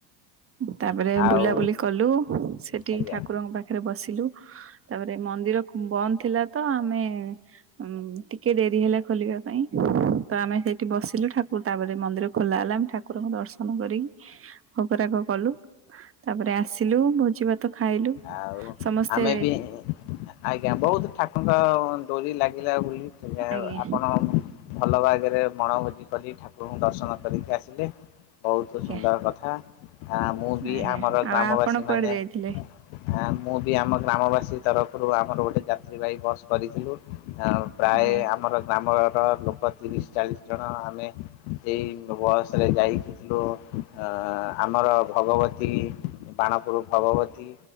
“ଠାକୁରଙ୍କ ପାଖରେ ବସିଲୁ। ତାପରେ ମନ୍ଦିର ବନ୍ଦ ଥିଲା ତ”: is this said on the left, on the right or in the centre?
Right